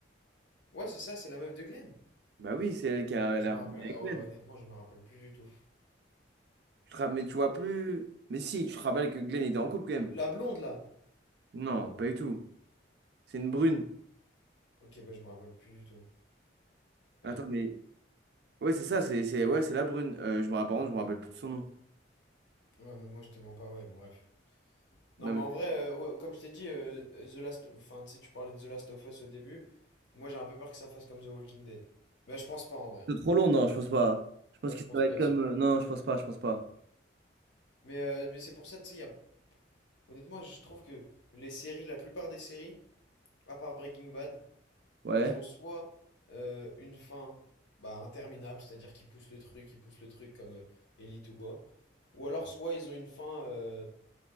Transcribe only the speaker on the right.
Bah oui, c'est elle qui a
l'air
avec
Glenn.
Tu te ra- mais tu vois plus. Mais si, tu te rappelles que Glenn était en couple quand même.
Non, pas du tout. C'est une brune.
Attends,
mais. Ouais, c'est ça, c'est c'est- ouais, c'est la brune. Euh, je me rappelle, je me rappelle plus de son nom.
Non,
C'est trop long, non, je pense pas. Je pense
que
ça va
être
comme.
euh, Non, je pense pas, je pense pas.
Ouais.